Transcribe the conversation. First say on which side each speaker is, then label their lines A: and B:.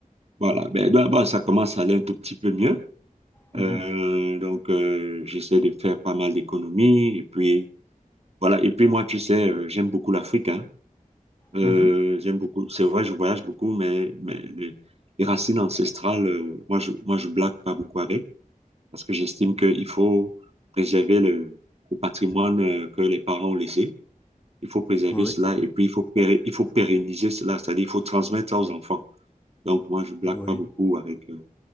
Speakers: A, on the right; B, on the left.
A: voilà. Ben, d'abord, ça commence à aller un tout petit peu mieux.
B: Mhm.
A: Euh, donc, euh, j'essaie de faire pas mal d'économies. Et puis, voilà. Et puis, moi, tu sais, euh, j'aime beaucoup l'Afrique, hein. Euh,
B: Mhm.
A: j'aime beaucoup. C'est vrai, je voyage beaucoup, mais, mais les, les racines ancestrales, euh, moi, je, moi, je blague pas beaucoup avec parce que j'estime qu'il faut préserver le, le patrimoine euh, que les parents ont laissé. Il faut préserver
B: Oui,
A: cela et puis il faut, pé- il faut pérenniser cela, c'est-à-dire il faut transmettre ça aux enfants. Donc moi, je blague
B: oui.
A: pas beaucoup avec... euh,